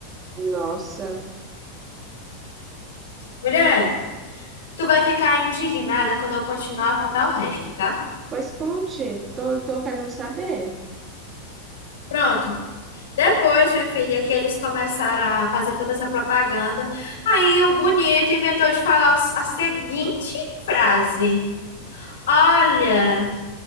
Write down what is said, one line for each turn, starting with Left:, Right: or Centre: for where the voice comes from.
Right: Nossa,
Left: Mulher. Tu vai ficar indignada quando eu continuar a contar o resto, tá?
Right: pois conte, tô, tô querendo saber.
Left: Pronto. Depois, minha filha, que eles começaram a fazer toda essa propaganda, aí o bonito inventou de falar os- a seguinte frase: Olha,